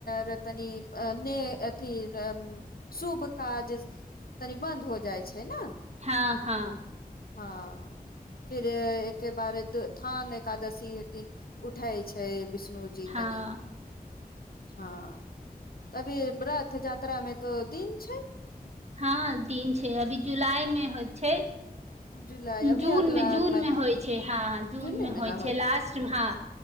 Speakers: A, on the left; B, on the right.
A: रे तनि ने अथी शुभ काज तनि बन्द हो जाइ छै ने
B: हँ हँ
A: हँ फिर एकके बार थान एकादशी दिन उठै छै विष्णुजी
B: हँ
A: तनी हँ तभी रथ यात्रामे तो दिन छै
B: हँ दिन छै अभी जुलाइ मे होइ छै
A: जुलाई अभी
B: जूनमे
A: अगला
B: जूनमे
A: महीना
B: होइ छै हँ जूनमे
A: जूने मे
B: होइ
A: ने
B: छै लासट हँ